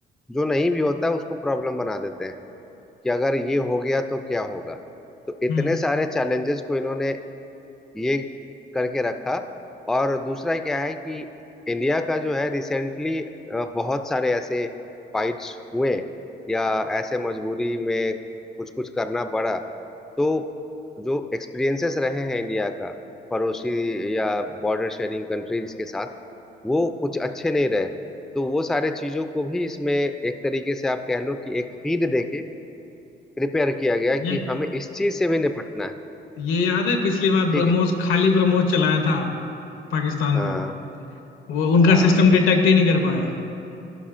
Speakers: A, in the centre; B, on the left.
A: जो नहीं भी होता उसको प्रॉब्लम बना देते हैं कि अगर ये हो गया तो क्या होगा तो इतने
B: हम्म,
A: सारे चैलेंजेस को इन्होंने ये करके रखा और दूसरा क्या है कि इंडिया का जो है रिसेंटली बहुत सारे ऐसे फाइट्स हुए या ऐसे मजबूरी में कुछ कुछ करना पड़ा तो जो एक्सपीरियंसेस रहे हैं इंडिया का पड़ोसी या बॉर्डर शेयरिंग कंट्रीज के साथ वो कुछ अच्छे नहीं रहे तो वो सारे चीजों को भी इसमें एक तरीके से आप कह लो कि एक फीड देके प्रिपेयर किया गया कि
B: ये
A: हमें इस चीज से भी निपटना है
B: ये याद है पिछली बार
A: ठीक
B: ब्रह्मोस
A: है
B: खाली ब्रह्मोस चलाया था पाकिस्तान
A: हाँ
B: पे वो उनका
A: हाँ
B: सिस्टम डिटेक्ट ही नहीं कर पाया